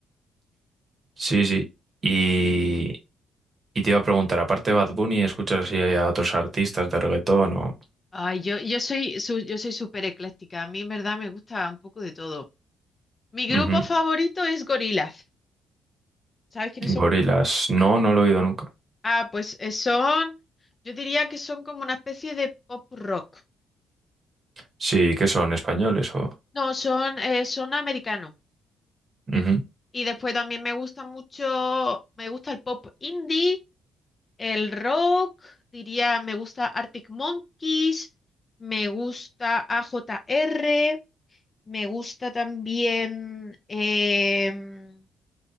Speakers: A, on the right (about 35°); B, on the left (about 30°).
A: Sí, sí. Y, y te iba a preguntar, aparte de Bad Bunny, ¿escuchas si hay a otros artistas de reggaetón o...?
B: ay, yo, yo soy su- yo soy súper ecléctica. A mí, en verdad, me gusta un poco de todo. Mi grupo
A: Ujú.
B: favorito es Gorillaz. ¿Sabes quiénes son?
A: Gorilas. No, no lo he oído nunca.
B: Ah, pues eh, son, yo diría que son como una especie de pop rock.
A: Sí, qué son? ¿Españoles o...?
B: No, son, eh, son americanos.
A: Ujú.
B: Y después también me gusta mucho, me gusta el pop indie El rock, diría, me gusta Arctic Monkeys, me gusta A J R, me gusta también em,